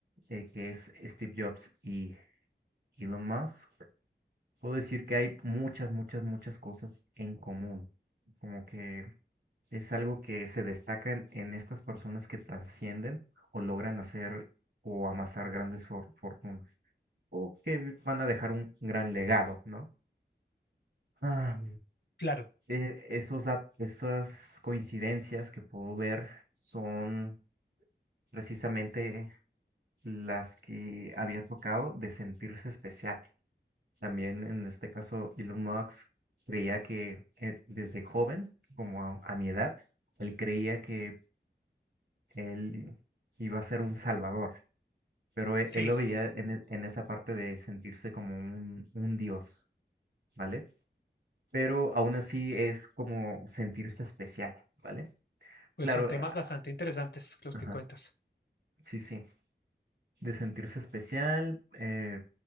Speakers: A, on the right; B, on the left.
A: eh, que es Steve Jobs y Elon Musk, puedo decir que hay muchas, muchas, muchas cosas en común. Como que Es algo que se destaca en, en estas personas que trascienden o logran hacer o amasar grandes for- fortunas o que vi- van a dejar un gran legado, ¿no? Ah,
B: Claro,
A: eh, esos dat- estas coincidencias que puedo ver son precisamente las que había tocado de sentirse especial. También en este caso Elon Musk creía que eh, desde joven, como a a mi edad, él creía que Él iba a ser un salvador, pero e-
B: sí,
A: él lo veía en, e- en esa parte de sentirse como un, un dios, ¿vale? Pero aún así es como sentirse especial, ¿vale?
B: pues
A: Claro,
B: son temas
A: eh, ah,
B: bastante interesantes los
A: ajá,
B: que cuentas.
A: sí, sí, de sentirse especial eh,